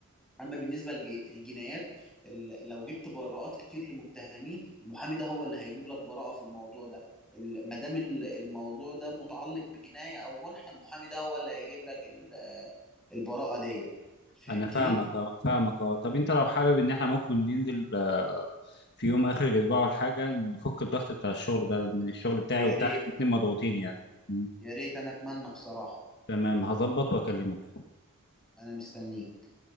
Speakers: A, in the centre; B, on the left.
A: اما بالنسبه للجنايات لو جبت براءات كتير لمتهمين المحامي ده هو اللي هيجيب لك براءه في الموضوع ده ال- ما دام ال- الموضوع ده متعلق بجنايه او جنحه المحامي ده هو اللي هيجيب لك ال- البراءه ديت فهمتني
B: انا فاهمك اه فاهمك اه طب انت لو حابب ان احنا ممكن ننزل في يوم اخر الاسبوع ولا حاجه نفك الضغط بتاع الشغل ده لان الشغل بتاعي
A: يا
B: وبتاعك
A: ريت
B: الاتنين مضغوطين يعني م.
A: يا ريت انا اتمنى بصراحه
B: تمام هظبط واكلمك
A: انا مستنيك